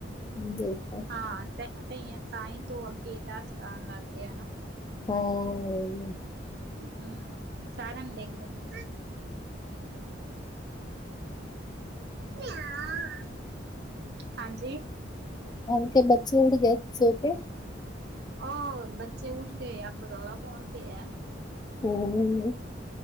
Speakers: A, on the left; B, on the right.
A: ਦੇਖੋ।
B: ਹਾਂ, ਤੇ ਤਾਂਹੀ ਤੂੰ ਅੱਗੇ, ਟਾਸਕ ਆਣ ਲੱਗ ਰਿਹਾ ਨਾ।
A: ਹੂੰ।
B: ਹੂੰ, ਸਾਰਾ ਨੂੰ ਦੇੈ ਕੇ ਜਾਣਾ। ਹੂੰ। ਹਾਂਜੀ।
A: ਉਨਕੇ ਕੇ ਬੱਚੇ ਉੱਠ ਗਏ ਸੋ ਕੇ?
B: ਰੋਰ ਬੱਚੇ ਉੱਠ ਗਏ, ਅਬ ਰੌਲਾ ਪੋਨ ਤੇ ਈ ਐ।
A: ਹੂੰ-ਹੂੰ।